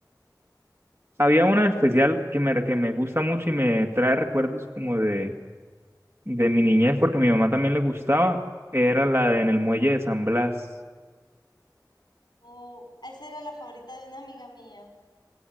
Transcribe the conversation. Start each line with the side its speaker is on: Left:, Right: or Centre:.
Right: Había una en especial que me, que me gusta mucho y me trae recuerdos como de, de mi niñez, porque a mi mamá también le gustaba. Era la de En el Muelle de San Blas.
Left: Oh, esa era la favorita de una amiga mía.